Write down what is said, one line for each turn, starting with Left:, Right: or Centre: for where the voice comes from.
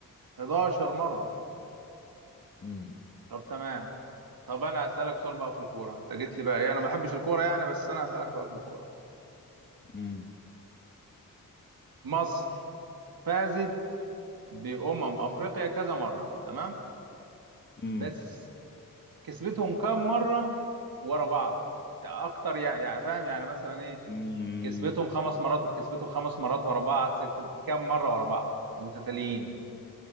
Right: 11 مرة
Left: امم
Right: طب تمام طب انا هسألك سؤال بقى في الكورة انت جيت لي بقى ايه انا ما بحبش الكورة يعني بس انا هسألك سؤال في الكورة
Left: امم
Right: مصر فازت بأمم افريقيا كذا مرة تمام
Left: امم
Right: بس كسبتهم كام مرة ورا بعض يعني اكتر يعني, يعني فاهم يعني مثلا ايه
Left: امم
Right: كسبتهم خمس مرات كسبتهم خمس مرات ورا بعض ست كام مرة ورا بعض متتاليين